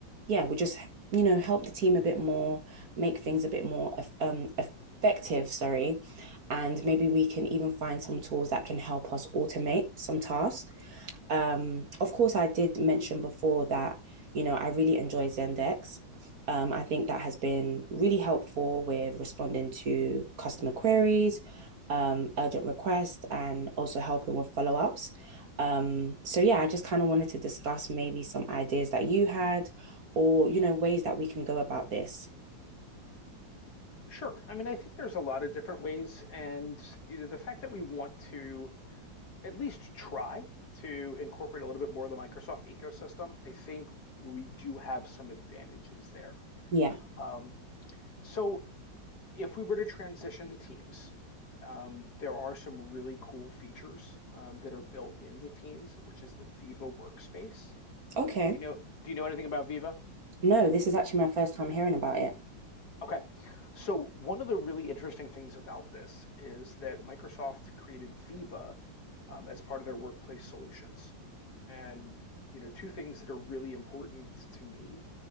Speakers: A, on the right (about 50°); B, on the left (about 55°).
A: yeah, would just, you know, help the team a bit more, make things a bit more eff- um, effective, sorry. And maybe we can even find some tools that can help us automate some tasks. Um, of course, I did mention before that, you know, I really enjoy Zendex. Um, I think that has been really helpful with responding to customer queries, um, urgent requests, and also helping with follow ups. Um, so, yeah, I just kind of wanted to discuss maybe some ideas that you had or, you know, ways that we can go about this.
B: Sure. I mean, I think there's a lot of different ways, and you know, the fact that we want to. at least try to incorporate a little bit more of the Microsoft ecosystem, I think we do have some advantages there.
A: Yeah.
B: Um, so if we were to transition to Teams, um, there are some really cool features um, that are built into Teams, which is the Viva workspace.
A: Okay.
B: Do you know? Do you know anything about Viva?
A: No, this is actually my first time hearing about it.
B: Okay. So one of the really interesting things about this is that Microsoft created Viva um, as part of their workplace solutions. And you know, two things that are really important to me